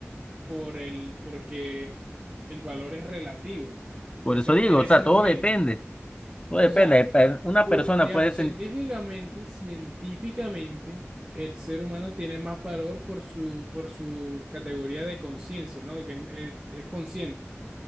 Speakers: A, on the right; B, on the left.
A: por el, porque el valor es relativo
B: por
A: en ese,
B: eso
A: mo-
B: digo,
A: en ese
B: o sea,
A: momento.
B: todo depende. Todo depende.
A: O sea,
B: pe- Una
A: o,
B: persona
A: digamos,
B: puede sentir.
A: científicamente, científicamente, el ser humano tiene más valor por su, por su categoría de conciencia, ¿no? Que es, es- es consciente.